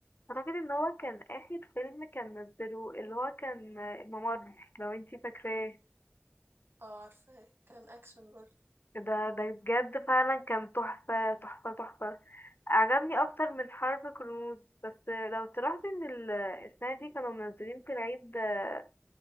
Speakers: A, on the left; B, on the right.
A: اعتقد ان هو كان اخر فيلم كان نزله اللي هو كان آه، الممر لو انتي فاكراه
B: اه عارفة كان أكشن برضه
A: ده ده بجد فعلا كان تحفة تحفة تحفة عجبني اكتر من حرب كرموز بس آه، لو تلاحظي ان ال- السنة دي كانوا منزلين في العيد آه،